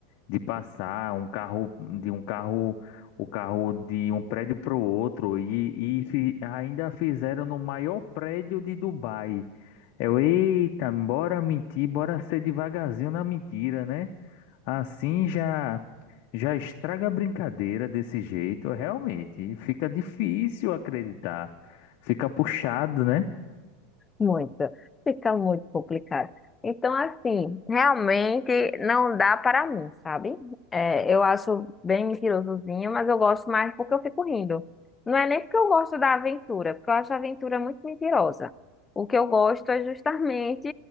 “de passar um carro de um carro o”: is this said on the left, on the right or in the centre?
Left